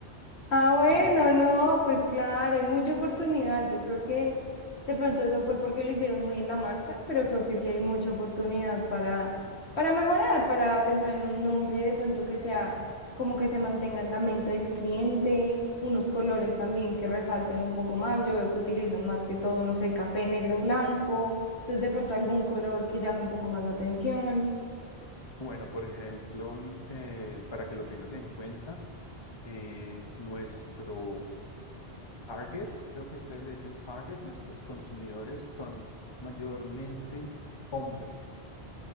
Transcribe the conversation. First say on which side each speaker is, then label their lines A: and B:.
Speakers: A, on the left; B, on the left.
A: Ah, bueno,
B: Eh,
A: no, pues claro, hay mucha oportunidad. Yo creo que de pronto eso fue porque lo hicieron muy en la marcha, pero creo que sí hay mucha oportunidad para, para mejorar, para pensar en un nombre de pronto que sea como que se mantenga en la mente del cliente, unos colores también que resalten un poco más. Yo veo que utilizan más que todo, no sé, café, negro, blanco. Entonces de pronto algún color que llame un poco más la atención.
B: bueno, por ejemplo, eh, para que lo tengas en cuenta, eh, nuestro Target, creo que ustedes le dicen Target, nuestros consumidores son mayormente hombres.